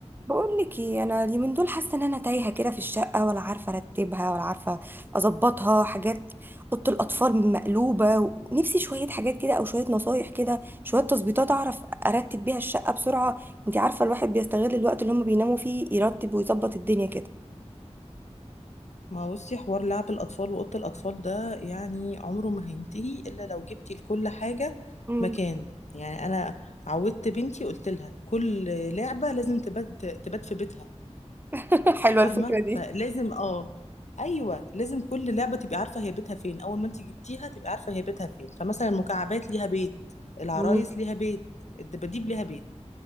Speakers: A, on the right; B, on the left.
A: بقول لك ايه انا اليومين دول حاسه ان انا تايهه كده في الشقه ولا عارفه ارتبها ولا عارفه اظبطها حاجات اوضه الاطفال مقلوبه ونفسي شويه حاجات كده او شويه نصايح كده شويه تظبيطات اعرف ارتب بيها الشقه بسرعه انت عارفه الواحد بيستغل الوقت اللي هم بيناموا فيه يرتب ويظبط الدنيا كده
B: ما بصي حوار لعب الأطفال وأوضة الأطفال ده يعني عمره ما هينتهي إلا لو جبتي لكل حاجة
A: مم.
B: مكان يعني أنا عودت بنتي قلت لها كل لعبة لازم تبات تبات في بيتها
A: <laughs> حلوة
B: فاهمة
A: الفكرة دي
B: فلازم اه أيوة لازم كل لعبة تبقى عارفة هي بيتها فين أول ما أنت جبتيها تبقى عارفة هي بيتها فين فمثلا المكعبات ليها بيت العرايس
A: مم.
B: ليها بيت الدباديب ليها بيت